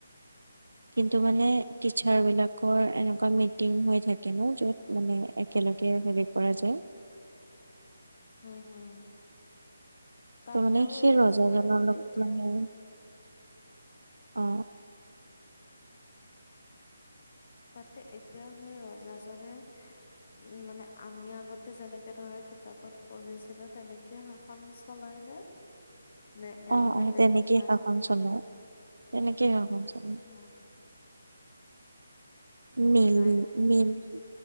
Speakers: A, on the right; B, on the left.
A: কিন্তু মানে টিচাৰ বিলাকৰ এনেকুৱা মিটিং হৈ থাকে ন য'ত মানে একেলগে হেৰি কৰা যায়
B: হম হম তাতেও
A: ত মানে সেই
B: ৰজাই
A: ৰজাজনৰ লগত
B: এতিয়া
A: মানে, অ
B: তাতে এতিয়াও সেই ৰজাজনে উম, মানে আমি আগতে যেনেকে ধৰা কিতাপত পঢ়িছিলো তেনেক শাসন চলাই নে নে এওঁ
A: অ
B: বেলেগ
A: অ
B: কিবা হে?
A: <unintelligible> তেনেকেই আও <unintelligible>
B: অ'
A: মেইলি
B: লাইক
A: মেইলি